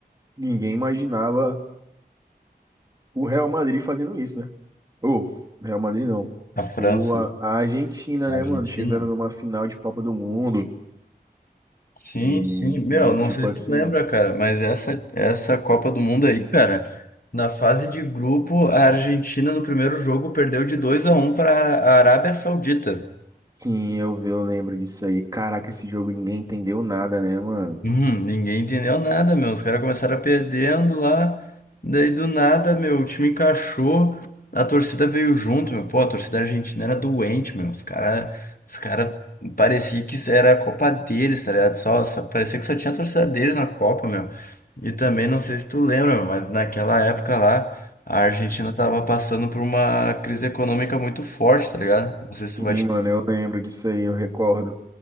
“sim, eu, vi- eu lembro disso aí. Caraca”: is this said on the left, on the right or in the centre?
Right